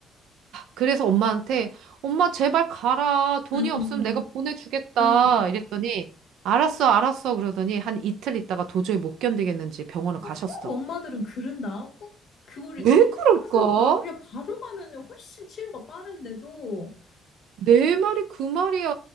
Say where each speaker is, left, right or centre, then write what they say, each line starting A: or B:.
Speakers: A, on the right; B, on the left.
A: 그래서 엄마한테 엄마 제발 가라. 돈이
B: 음, 음,
A: 없으면 내가
B: 음,
A: 보내주겠다.
B: 음. 음.
A: 이랬더니 알았어, 알았어. 그러더니 한 이틀 있다가 도저히 못 견디겠는지 병원을 가셨어.
B: 어, 꼭 엄마들은 그런다. 꼭 그거를
A: 왜
B: 끝에
A: 그럴까?
B: 가서 가. 그냥 바로 가면은 훨씬 치료가 빠른데도.
A: 내 말이 그 말이야.